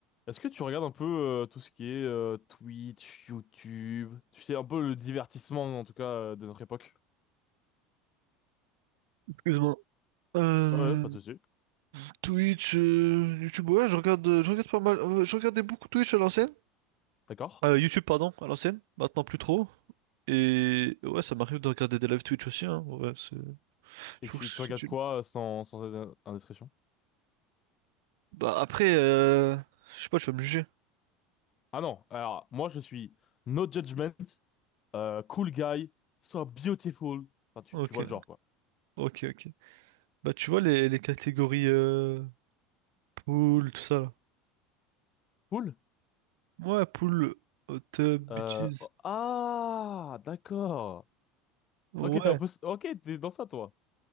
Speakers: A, on the left; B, on the right.
A: Est-ce que tu regardes un peu euh, tout ce qui est euh, Twitch, YouTube, tu sais, un peu le divertissement en tout cas euh, de notre époque?
B: Excuse-moi. Euh,
A: Ouais, ouais, pas de souci.
B: Twitch, euh, YouTube, ouais, je regarde, euh, je regarde pas mal. euh, je regardais beaucoup Twitch à l'ancienne.
A: D'accord.
B: Euh, YouTube, pardon, à l'ancienne. Maintenant plus trop. Et ouais, ça m'arrive de regarder des lives Twitch aussi, hein. Ouais, c'est.
A: Et
B: Je
A: tu,
B: trouve que c'est
A: tu regardes
B: utile.
A: quoi euh, sans, sans euh, indiscrétion?
B: Bah après, euh... je sais pas, tu vas me juger.
A: Ah non, alors moi je suis no judgment, euh, cool guy, so beautiful. Enfin, tu,
B: Ok,
A: tu vois le genre quoi.
B: ok, ok. Bah tu vois les, les catégories euh... pool, tout ça là.
A: Cool?
B: Ouais, pool, hot tub,
A: Euh,
B: bitches.
A: oh, ah, d'accord.
B: Ouais,
A: Ok, t'es un peu... Ok, t'es dans ça toi.